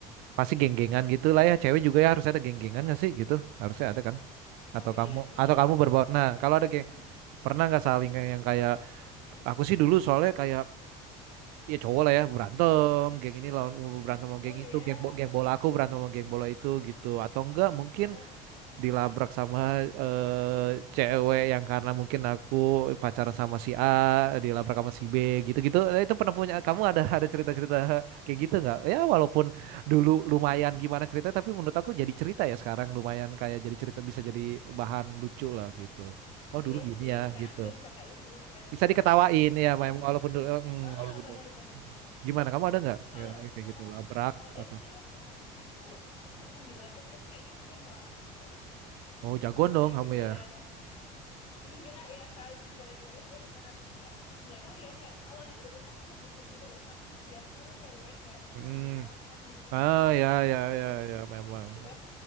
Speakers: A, on the right (about 75°); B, on the left (about 40°).
A: Pasti geng-gengan gitu lah ya. Cewek juga ya harus ada geng-gengan gak sih gitu? Harusnya ada kan? Atau
B: Oh
A: kamu
B: iya sih,
A: atau kamu
B: ada
A: berbaur.
B: sih
A: Nah,
B: SMA
A: kalau ada geng
B: dulu.
A: pernah nggak saling kayak- yang kayak aku sih dulu soalnya kayak ya cowok lah ya berantem, geng ini lawan berantem sama geng
B: Oh
A: itu,
B: iya,
A: geng bo- geng
B: wah.
A: bola aku berantem sama geng bola itu gitu. Atau enggak mungkin
B: Oh oke oke.
A: dilabrak sama eh, cewek yang karena mungkin aku pacaran sama si A, dilabrak sama si B gitu-gitu. Nah, itu pernah punya kamu ada ada cerita-cerita kayak gitu nggak? Ya walaupun dulu lumayan gimana cerita, tapi menurut aku jadi cerita ya sekarang lumayan kayak jadi cerita bisa jadi bahan lucu lah gitu. Oh dulu
B: Iya
A: gini
B: sih,
A: ya
B: sekarang
A: gitu.
B: udah bisa kayak lucu-lucuan
A: Bisa
B: gitu
A: diketawain
B: ya. heeh.
A: ya
B: Kalau
A: memang
B: dulu
A: walaupun
B: tuh,
A: dulu, eh, mm,
B: heeh,
A: walaupun
B: bener
A: dulu.
B: bener bener.
A: Gimana kamu ada nggak?
B: Kalau
A: Ya,
B: kalau
A: kayak gitu labrak
B: ada
A: atau
B: sih waktu itu, cuman tuh aku bukan dilabrak, tapi kayaknya aku yang labrak di waktu itu.
A: Oh jagoan
B: <laughs>
A: dong
B: Gara-gara
A: kamu ya.
B: Enggak ya kak itu tuh gara-gara dia beneran kayak nggak tahu ya kayak awalnya tuh kita sempet deket gitu loh Sa- biasalah cewek kayak ngatain
A: Hmm.
B: di belakang gitu-gitu
A: Ah
B: loh terus aku
A: ya
B: kayak nggak
A: ya
B: terima
A: ya ya memang.
B: tiba-tiba